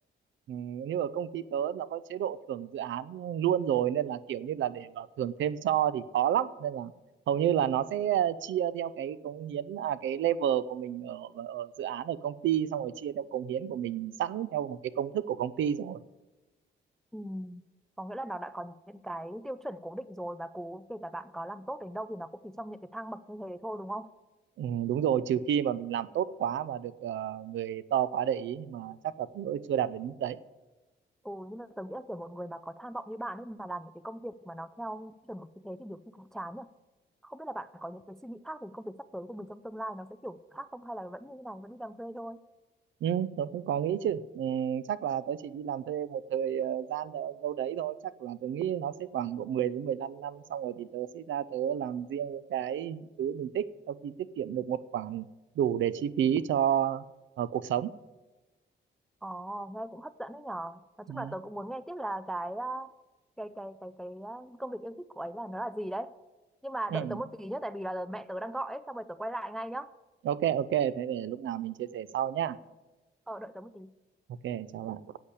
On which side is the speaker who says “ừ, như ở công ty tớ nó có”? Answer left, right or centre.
Right